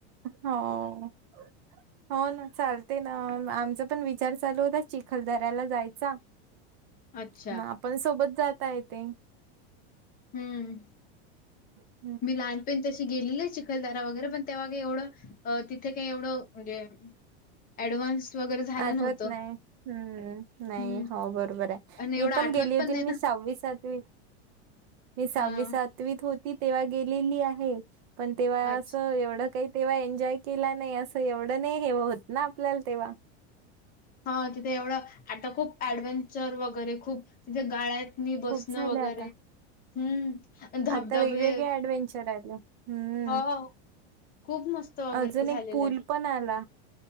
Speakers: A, on the right; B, on the left.
A: हो हो ना चालते ना आमचा पण विचार चालू होता चिखलदऱ्याला जायचा
B: अच्छा
A: मग आपण सोबत जाता येते.
B: हम्म
A: <inaudible>
B: मी लहानपणी तशी गेलेली चिखलदराा वगैरे पण तेव्हाग एवढं अ तिथे काही एवढं म्हणजे ऍडव्हान्स वगैरे झालं
A: आठवत
B: नव्हतं.
A: नाही हम्म नाही
B: हं.
A: हो बरोबर आहे
B: आणि
A: मी
B: एवढं
A: पण
B: आठवत
A: गेली होती
B: नाही
A: मी
B: ना.
A: साव मी सातवी सहावी
B: हां.
A: सातवीत होती. तेव्हा गेलेली आहे पण तेव्हा
B: अच्छा.
A: अस एवढं काही तेव्हा एन्जॉय केला नाही असं एवढं नाही हे होत ना आपल्याला तेव्हा.
B: हा तिथे एवढं आता खूप ऍडव्हेंचर वगैरे खूप तिथे गाळ्या आहेत मी बसणं
A: खूप झाले
B: वगैरे.
A: आता
B: हम्म आणि धबधबे
A: आता वेगवेगळे ऍडव्हेंचर आले हम्म
B: हो खूप मस्त वगैरे
A: अजून
B: झालेलं.
A: एक पूल पण आला